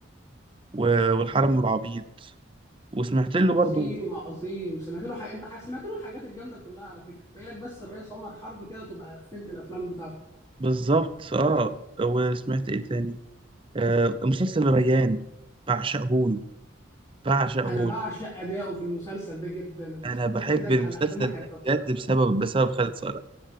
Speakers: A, on the right; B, on the left.
A: و... والحرم والعبيط وسمعت له
B: عظيم
A: برضو
B: عظيم سمعت له حاجه انت ح- سمعت له الحاجات الجامده كلها على فكره باقي لك بس الرئيس عمر حرب كده تبقى قفلت الافلام بتاعته
A: بالظبط اه وسمعت ايه تاني آه مسلسل ريان بعشقه له بعشقه
B: انا بعشق
A: له
B: اداؤه في المسلسل ده جدا انت
A: انا
B: حطيت
A: بحب
B: ايدك
A: المسلسل
B: على اهم حته
A: ده
B: بصراحه
A: بجد بسبب بسبب خالد صالح